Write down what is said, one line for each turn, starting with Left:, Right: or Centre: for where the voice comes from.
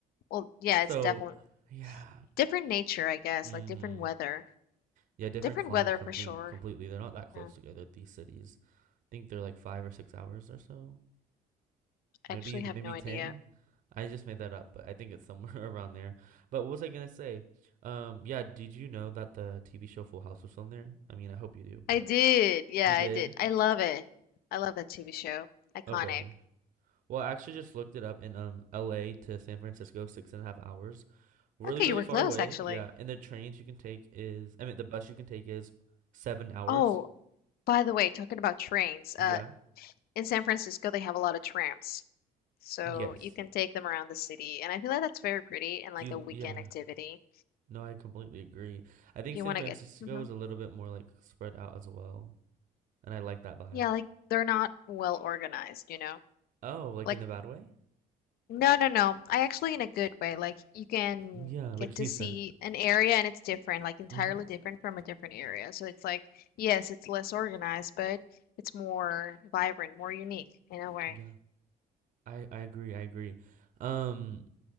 Left: Well, yeah,
Right: So
Left: it's definitely
Right: yeah.
Left: different nature, I guess,
Right: hmm
Left: like different weather,
Right: Yeah, different
Left: different
Right: climate
Left: weather
Right: complete
Left: for sure.
Right: completely. They're not that close
Left: Yeah,
Right: together, these cities. I think they're like five or six hours or so.
Left: I
Right: Maybe
Left: actually
Right: maybe
Left: have no idea.
Right: ten. I just made that up, but I think it's somewhere <laughs> around there. But what was I gonna say? Um, yeah, did you know that the TV show Full House was filmed there? I mean, I hope you do, but
Left: I did. Yeah,
Right: you
Left: I
Right: did?
Left: did. I love it. I love that TV show. Iconic.
Right: Okay. Well, I actually just looked it up in um LA to San Francisco, six and a half hours. Really,
Left: Okay,
Right: really
Left: you were
Right: far
Left: close
Right: away.
Left: actually.
Right: Yeah. And the trains you can take is, I mean, the bus you can take is seven hours.
Left: Oh, by the way, talking about trains,
Right: Yeah.
Left: uh, in San Francisco they have a lot of trams. So
Right: Yes.
Left: you can take them around the city, and I feel like that's very pretty and like
Right: Do you,
Left: a weekend
Right: yeah.
Left: activity
Right: No, I completely agree. I think
Left: if you
Right: San
Left: want
Right: Francisco
Left: to get. hmm
Right: is a little bit more like spread out as well, and I like that vibe.
Left: Yeah, like they're not well organized, you know?
Right: Oh, like
Left: Like
Right: in the bad way?
Left: No, no, no. I actually in a good way. Like you can
Right: Yeah, like
Left: get
Right: Houston.
Left: to see an area and it's different, like entirely
Right: Mm-hmm.
Left: different from a different area. So it's like, yes, it's less organized, but it's more vibrant, more unique in a way.
Right: Yeah. I I agree. I agree. Um,